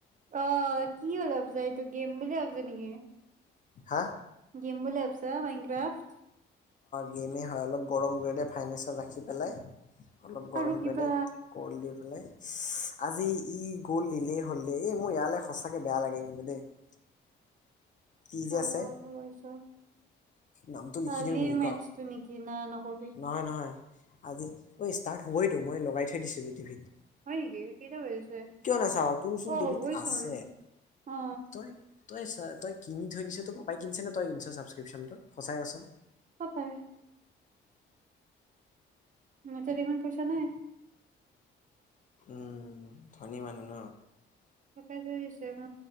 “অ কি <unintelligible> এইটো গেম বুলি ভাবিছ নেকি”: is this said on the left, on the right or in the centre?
Right